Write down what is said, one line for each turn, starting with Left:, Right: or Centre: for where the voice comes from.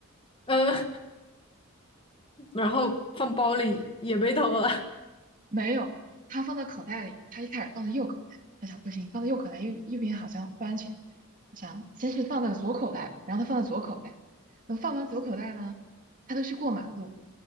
Left: 嗯，<laughs> 然后放包里也被偷了。
Right: 没有，他放到口袋里，他一开始放在右口袋，他想不行，放到右口袋右右边好像不安全，他想先是放到左口袋吧，然后他放在左口袋，等放完左口袋呢，他就去过马路，